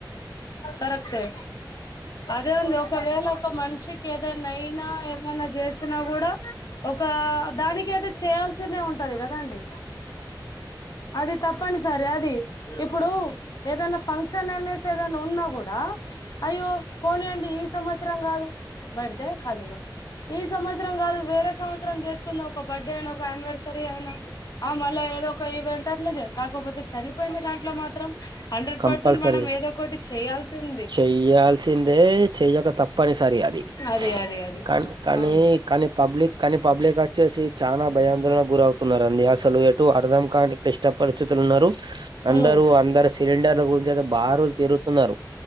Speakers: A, on the left; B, on the right.
A: కరెక్టే అదే ఉంది ఒకవేళ ఒక మనిషికి ఏదన్నైయినా ఏమన్నా చేస సినాగూడ ఒక దానికి అయితే చేయాల్సినయి ఉన్ టది కదా అండి అది తప్పనిసరి అది ఇప్పుడు ఏదైనా ఫంక్షన్ అనే సరి ఏదన్న ఉన్నా కూడా అయ్యో పోనీయండి ఈ సంవత్సరం కాదు బెడితే కాదను ఈ సంవత్సరం కాదు వేరే సం చేసుకున్నా ఒక బడ్డే అయిన ఒక అనివర్సరీ అయినా ఆ మళ్ళా ఏదో ఈవెంట్ అట్లా కాకపోతే చనిపోయిన దాంట్లో మాత్రం హండ్రెడ్
B: కంపల్సరీ
A: పర్సెంట్ మనం ఏదో ఒకటి చేయాల్సింది
B: చెయ్యాల్సిందే చెయ్యక తప్పనిసరి అది
A: అదే అదే అదే
B: కానీ కానీ
A: అవును
B: కానీ పబ్లిక్ కానీ పబ్లిక్ గచ్చేసి ఆ భయాందోళనకు గురవుతున్నారండి అసలు ఎటు అర్థం కాని క్లిష్టప న్నారు అందరు
A: ఉమ్
B: అందరు సిలిండర్ల గురించి అయితే బారులు తరుగుతున్నారు